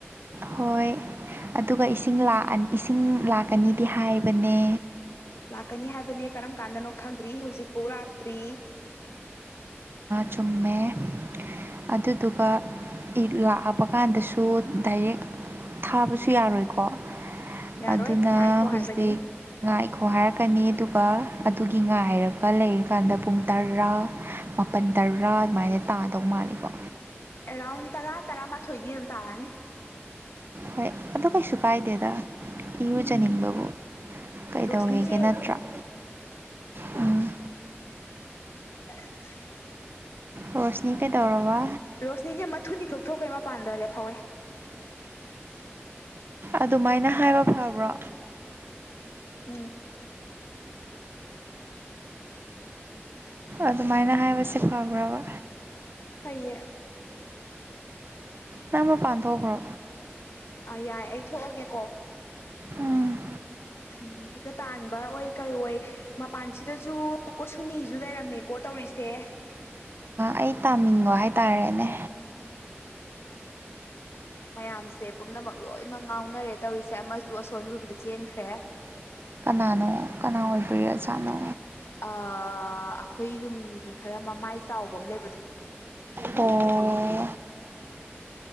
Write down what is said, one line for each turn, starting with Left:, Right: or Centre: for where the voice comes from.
Right: ꯍꯣꯏ ꯑꯗꯨꯒ ꯏꯁꯤꯡ ꯏꯁꯤꯡ ꯂꯥꯛꯀꯅꯤꯗꯤ ꯍꯥꯏꯕꯅꯦ
Left: ꯂꯥꯛꯀꯅꯤ ꯍꯥꯏꯕꯅꯦ ꯀꯔꯝ ꯀꯥꯟꯗꯅꯣ ꯈꯪꯗ꯭ꯔꯤ ꯍꯧꯖꯤꯛꯐꯥꯎ ꯂꯥꯛꯇ꯭ꯔꯤ
Right: ꯆꯨꯝꯃꯦ ꯑꯗꯨꯗꯨꯒ ꯂꯥꯛꯑꯕ ꯀꯥꯟꯗꯁꯨ ꯗꯥꯏꯔꯦꯛ ꯊꯥꯕꯁꯨ ꯌꯥꯔꯣꯏꯀꯣ
Left: ꯌꯥꯔꯣꯏ
Right: ꯑꯗꯨꯅ
Left: ꯉꯥꯏꯈꯣ
Right: ꯍꯧꯖꯤꯛ
Left: ꯍꯥꯏꯕꯅꯤ
Right: ꯉꯥ ꯏꯈꯣ ꯍꯥꯏꯔ ꯀꯛꯀꯅꯤ ꯑꯗꯨꯒ ꯑꯗꯨꯒꯤ ꯉꯥꯏꯔꯒ ꯂꯩꯔꯤꯀꯥꯟꯗ ꯄꯨꯡ ꯇꯔꯥ ꯃꯥꯄꯜ ꯇꯔꯥ ꯑꯗꯨꯃꯥꯏꯅ ꯇꯥꯗꯧ ꯃꯥꯜꯂꯤꯀꯣ
Left: ꯑꯦꯔꯥꯎꯟ ꯇꯔꯥ ꯇꯔꯥꯃꯥꯊꯣꯏꯗꯤ ꯑꯗꯨꯝ ꯇꯥꯔꯅꯤ
Right: ꯍꯣꯏ ꯑꯗꯨ ꯀꯩꯁꯨ ꯀꯥꯏꯗꯦꯗ ꯏꯔꯨꯖꯅꯤꯡꯕꯕꯨ ꯀꯩꯗꯧꯋꯦꯒꯦ
Left: ꯔꯣꯁꯅꯤꯁꯦ
Right: ꯅꯠꯇ꯭ꯔꯥ ꯎꯝ
Left: <inaudible>
Right: ꯔꯣꯁꯅꯤ ꯀꯩꯗꯧꯔꯕ
Left: ꯔꯣꯁꯅꯤꯁꯦ ꯃꯊꯨꯅꯤ ꯊꯣꯛ ꯊꯣꯛꯣꯛꯈ꯭ꯔꯦ ꯃꯄꯥꯟꯗꯗꯤ ꯐꯧꯋꯦ
Right: ꯑꯗꯨꯃꯥꯏꯅ ꯍꯥꯏꯕ ꯐꯕ꯭ꯔꯣ
Left: ꯎꯝ
Right: ꯑꯗꯨꯃꯥꯏꯅ ꯍꯥꯏꯕꯁꯦ ꯐꯕ꯭ꯔꯕ
Left: ꯍꯩꯌꯦ
Right: ꯅꯝꯕ ꯄꯥꯟꯊꯣꯛꯈ꯭ꯔꯣ
Left: ꯑꯥ ꯌꯥꯏ ꯑꯩ ꯊꯣꯛꯑꯒꯦꯀꯣ
Right: ꯎꯝ
Left: ꯎꯝ ꯐꯩꯀꯠ ꯇꯥꯟꯕ ꯑꯣꯏ ꯀꯩ ꯑꯣꯏ ꯃꯄꯥꯟꯁꯤꯗꯁꯨ ꯀꯣꯁꯨꯨꯅꯤꯁꯨ ꯂꯩꯔꯝꯃꯦꯀꯣ ꯇꯧꯔꯤꯁꯦ
Right: ꯑꯩ ꯇꯥꯅꯤꯡꯕ ꯍꯥꯏꯇꯥꯔꯦꯅꯦ
Left: ꯃꯌꯥꯝꯁꯦ ꯄꯨꯝꯅꯃꯛ ꯂꯣꯏꯅꯃꯛ ꯉꯥꯎꯅꯔꯦ ꯇꯧꯔꯤꯁꯦ ꯑꯃꯁꯨ ꯑꯁꯣꯟ ꯔꯨꯝꯗ ꯆꯦꯟꯈ꯭ꯔꯦ
Right: ꯀꯅꯥꯅꯣ ꯀꯅꯥ ꯑꯣꯏꯕ ꯑꯣꯖꯥꯅꯣ
Left: ꯑꯩꯈꯣꯏ ꯅꯨꯡꯒꯤ ꯈꯔ ꯃꯃꯥꯏ ꯆꯥꯎꯕ ꯑꯃ ꯂꯩꯕꯗꯣ
Right: ꯑꯣ